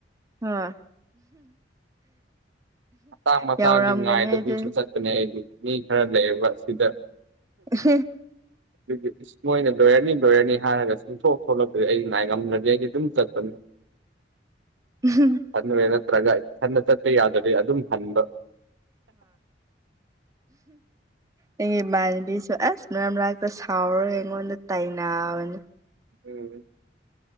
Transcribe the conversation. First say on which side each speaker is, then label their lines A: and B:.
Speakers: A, on the right (about 20°); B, on the right (about 90°).
A: ꯍꯣꯏ
B: ꯃꯇꯥꯡ ꯃꯇꯥꯡꯗꯤ
A: ꯌꯥꯎꯔꯝꯒꯅꯤ
B: ꯉꯥꯏꯗꯕꯤꯁꯨ
A: ꯑꯗꯨ
B: ꯆꯠꯄꯅꯦ ꯑꯩꯗꯤ ꯃꯤ ꯈꯔ ꯂꯩꯌꯦꯕ ꯁꯤꯗ
A: <unintelligible>
B: <unintelligible> ꯃꯣꯏꯅ ꯂꯣꯏꯔꯅꯤ ꯂꯣꯏꯔꯅꯤ ꯍꯥꯏꯔꯒ ꯆꯤꯡꯊꯣꯛ ꯊꯣꯛꯂꯛꯄꯗꯤ ꯑꯩ ꯉꯥꯏ ꯉꯝꯅ꯭ꯔꯦ ꯑꯩꯗꯤ ꯑꯗꯨꯝ ꯆꯠꯄꯅꯤ꯫
A: ꯎꯝ
B: ꯈꯟꯦ ꯅꯠꯇ꯭ꯔꯒ ꯏꯊꯟꯗ ꯆꯠꯇ ꯌꯥꯗꯗꯤ ꯑꯗꯨꯝ ꯍꯟꯕ
A: ꯍꯣꯏ ꯃꯥꯅꯕꯤꯁ ꯑꯁ ꯃꯔꯝ ꯃꯔꯥꯛꯄ ꯁꯥꯎꯔꯒ ꯑꯩꯉꯣꯟꯗ ꯇꯥꯏꯕꯅꯤ꯫
B: ꯎꯝ